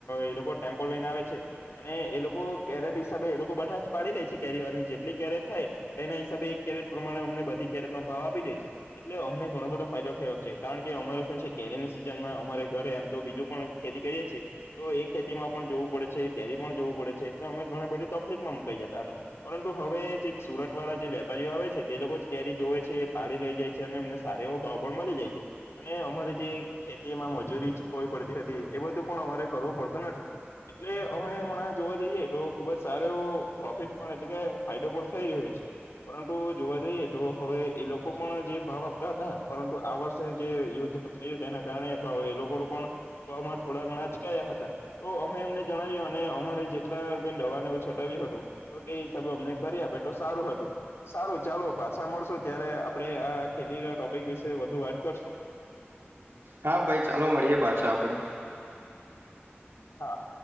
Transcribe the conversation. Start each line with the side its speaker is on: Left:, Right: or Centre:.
Left: એ લોકો ટેમ્પો લઈને આવે છે અને એ લોકો કેરેટ હિસાબે એ લોકો બધા જ પાડી લે છે. કેરી અને જેટલી કેરેટ થાય એના હિસાબે એક કેરેટ પ્રમાણે અમને બધી કેરેટ નો ભાવ આપી દે છે. એટલે અમને ઘણો બધો ફાયદો થયો છે કારણ કે અમારે શું છે કેરીની સિઝનમાં અમારે ઘરે એમ તો બીજું પણ ખેતી કરીએ છીએ તો એ ખેતી માં પણ જોવું પડે છે કેરી પણ જોવું પડે છે એટલે અમે ઘણી બધી તકલીફ માં મુકાઈ જતા પરંતુ હવે સુરત વાળા જે વેપારીઓ આવે છે, તે લોકો જ કેરી જોવે છે પાડી લઈ જાય છે. છે અને અમને સારા એવો ભાવ પણ મળી જાય છે અને અમારે જે ખેતીમાં મજૂરી ચૂકવવી પડતી હતી. એ બધું પણ અમારે કરવું પડતું નથી. એટલે અમે હમણાં જોવા જઈએ તો ખુબ જ સારો એવો પ્રોફિટ પણ એટલે કે ફાયદો પણ થઈ રહ્યો છે. પરંતુ જોવા જઈએ તો હવે એ લોકો પણ જે- ભાવ આપતા હતા પરંતુ આ વર્ષે જે યુદ્ધ થયું તેના કારણે એ લોકોનું પણ બ થોડા ઘણા જ કયા હતા તો અમે એમને જણાવ્યું અને અમારે જેટલા રૂપિયા દવાને એવું છટાવ્યું હતું. તો એ હિસાબે અમને કરી આપે તો સારું હતું સારું ચાલો પાછા મળશું ત્યારે આપડે આ ખેતી ના ટોપિક વિશે વધુ વાત કરશું.
Right: હા ભાઈ ચાલો મળીએે પાછો આપડે..
Left: હા.